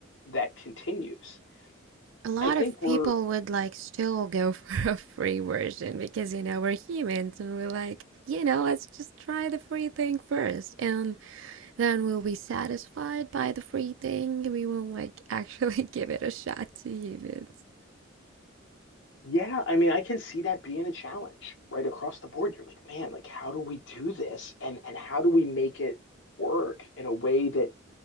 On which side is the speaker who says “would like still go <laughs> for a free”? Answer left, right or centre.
Right